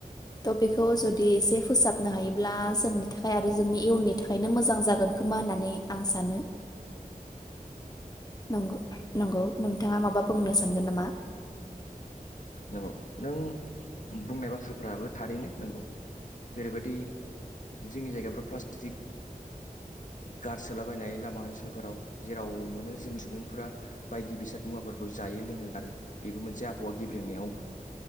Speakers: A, on the left; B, on the left.
A: थ' बेखौ जुदि एसे फोसाबनो हायोब्ला जोंनि थाखाय आरो जोंनि इयुननि थाखायनो मोजां जागोन खोमा होननानै आं सानो। नंगौ नंगौ नोंथांङा माबा बुंनो सानगोन नामा?
B: नंगौ नों बुंनाय बाथ्राफोराबो थारैनो नंगौ। जेरैबायदि जोंनि जायगाफ्राव प्लास्टिक गारसोलाबायनाय लामा ओनसोलफोराव जेराव मोनो जोंनि सुबुंफोरा बायदि बेसाद मुवाफोरखौ जायो लोङो आरो बेबो मोनसे आबहावा गेब्रेंनायाव